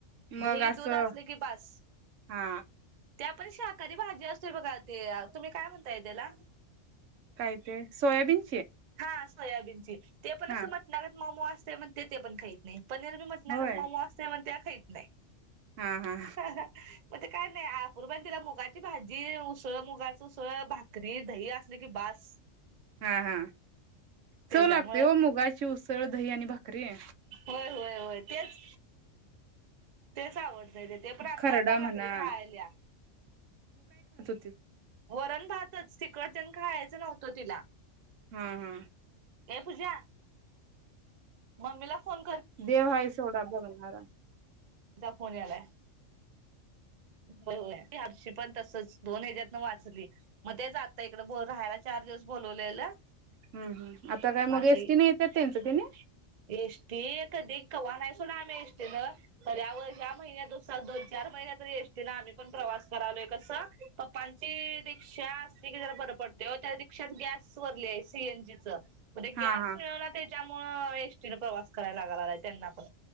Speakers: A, on the right; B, on the right.
A: मग
B: दही
A: असं
B: दूध असले कि बास
A: हा
B: ते आपण शाकाहारी भाजी असतोय बघा ते तुम्ही काय म्हणताय त्याला
A: काय ते सोयाबीन
B: हा सोयाबीनची ते पण
A: हा
B: असं म्हटणा गत मऊ मऊ असतय रस्सा मध्ये तेपण खाईत नाही पनीर बी मटणागत
A: होय
B: मऊ मऊ असत्यात म्हणत्यात खात नाही
A: हा हा
B: हाहा मग ते काय नाही अप्रूबाई तिला मुगाची भाजी उसळ मुगाचं उसळ भाकरी दही असली की बास
A: हा हा
B: त्याच्यामुळं
A: चव लागतोय हो मुगाची उसळ सरळं दही आणि भाकरी आहे
B: होय होय होय तेच तेच आवडत ते पण आता
A: खरडा
B: आता भाकरी
A: म्हणा
B: खायल्या
A: ते
B: वरण भात च तिखट तेन खायचं नव्हतं तिला
A: हम्म हम्
B: ए पूजा मम्मीला फोन कर
A: देव हेस थोडा बनवणारा
B: जा फोन यायलाय होय हो हरशी पण तसच दोन हच्यातन वाचली मग तेच आता इकड ब राहायला चार दिवस बोलवलेलं.
A: हम्म हम् काय मग
B: म आता
A: एसटी नाही येतात त्यांचं त्याने
B: एस टी कधी केव्हा नाही पुन्हा आम्ही एस टी न ख्यावर ह्या महिन्यातच दोन चार महिन्यातरी यष्टीनं आम्ही पण प्रवास करालोय कसं पप्पांची रिक्षा असते की जरा बर पडते त्या रिक्षात गॅस वरली आहे सीएनजी च मते
A: हा
B: गॅस
A: हा
B: मिळवला तर त्यामुळं एसटी न प्रवास करायला लागायं लागलाय त्यांना पण